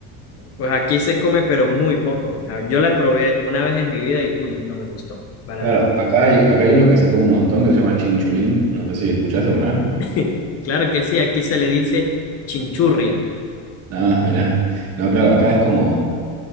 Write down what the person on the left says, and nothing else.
Pues aquí se come, pero muy poco. Ah, Yo la probé una vez en mi vida y, uy, no me gustó para
nada.
<laughs> Claro que sí, aquí se le dice chinchurria.